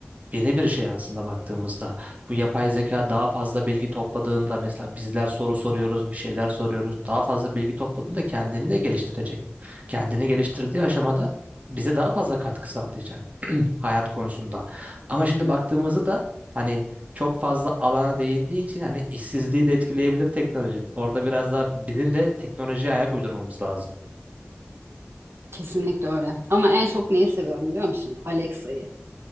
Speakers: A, on the right; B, on the right.
A: yeni bir şey aslında baktığımızda. Bu yapay zeka daha fazla bilgi topladığında mesela bizler soru soruyoruz, bir şeyler soruyoruz. Daha fazla bilgi topladığında kendini de geliştirecek. Kendini geliştirdiği aşamada bize daha fazla katkı sağlayacak. hayat konusunda. Ama şimdi baktığımızda da hani çok fazla alana değindiği için hani işsizliği de etkileyebilir teknoloji. Orada biraz daha bizim de teknolojiye ayak uydurmamız lazım.
B: Kesinlikle öyle. Ama en çok neyi seviyorum biliyor musun? Alexa'yı.